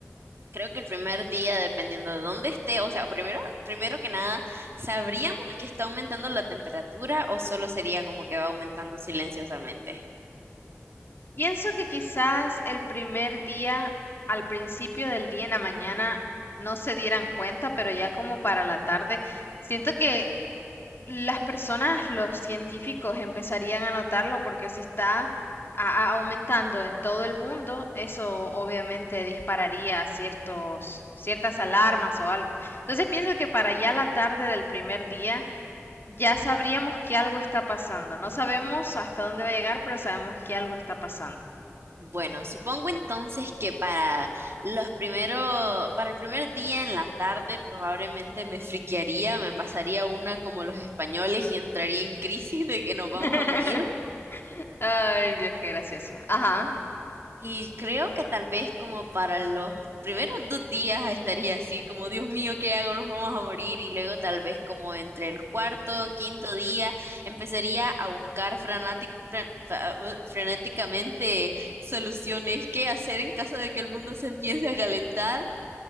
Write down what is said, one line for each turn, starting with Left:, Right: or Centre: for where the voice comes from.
Right: Creo que el primer día, dependiendo de dónde esté, o sea, primero, primero que nada, ¿sabríamos que está aumentando la temperatura o solo sería como que va aumentando silenciosamente?
Left: Pienso que quizás el primer día, al principio del día en la mañana, no se dieran cuenta, pero ya como para la tarde, siento que las personas, los científicos empezarían a notarlo porque si está a- a- aumentando en todo el mundo, eso obviamente dispararía ciertos, ciertas alarmas o algo. Entonces pienso que para ya la tarde del primer día ya sabríamos que algo está pasando. No sabemos hasta dónde va a llegar, pero sabemos que algo está pasando.
Right: Bueno, supongo entonces que para los primero, para el primer día en la tarde probablemente me friquearía, me pasaría una como los españoles y entraría en crisis de que nos vamos
Left: <laughs>
Right: a morir.
Left: Ay, Dios, qué gracioso. Ajá.
Right: Y creo que tal vez como para los primeros dos días estaría así, como Dios mío, ¿qué hago? Nos vamos a morir. Y luego tal vez como entre el cuarto, quinto día, empezaría a buscar frenátic- fren- fa- uh, frenéticamente soluciones, qué hacer en caso de que el mundo se empiece a calentar.